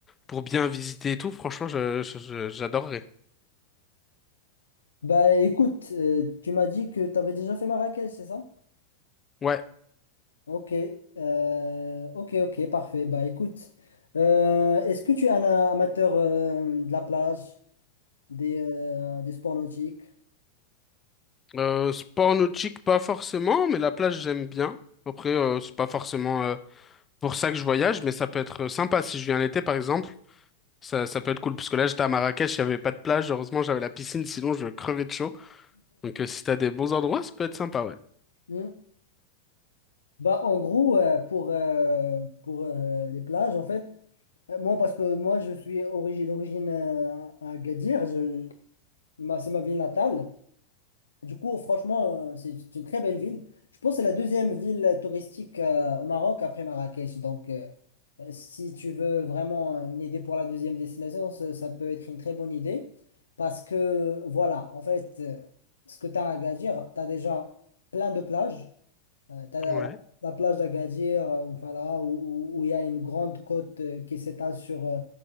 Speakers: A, on the left; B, on the left.
A: pour bien visiter et tout, franchement, je, je- je- j'adorerais.
B: Bah écoute, euh, tu m'as dit que tu avais déjà fait Marrakech, c'est ça?
A: Ouais,
B: Ok, euh, ok, ok, parfait. Bah écoute, euh, est-ce que tu es un euh, amateur euh, de la plage, des, euh, des sports nautiques? <laughs>
A: euh, sport nautique, pas forcément, mais la plage, j'aime bien. Après, euh, c'est pas forcément euh, pour ça que je voyage, mais ça peut être euh, sympa si je viens l'été, par exemple. Ça, ça peut être cool, parce que là, j'étais à Marrakech, il n'y avait pas de plage. Heureusement, j'avais la piscine, sinon je crevais de chaud. Donc, euh, si t'as des bons endroits, ça peut être sympa, ouais.
B: Hmm. Bah, en gros, euh, pour, euh, pour euh, les plages, en fait, euh, moi, parce que moi, je suis origi- d'origine euh, à Agadir, je- ma- c'est ma ville natale. Du coup, franchement, euh, c'est une très belle ville. Je pense que c'est la deuxième ville touristique euh, au Maroc après Marrakech. Donc, euh, euh, si tu veux vraiment euh, une idée pour la deuxième destination, ça, ça peut être une très bonne idée. Parce que, voilà, en fait, euh, ce que tu as à Agadir, tu as déjà plein de plages. Euh, t'as
A: Ouais.
B: la, la plage d'Agadir, euh, voilà, où où- où il y a une grande côte euh, qui s'étale sur, euh,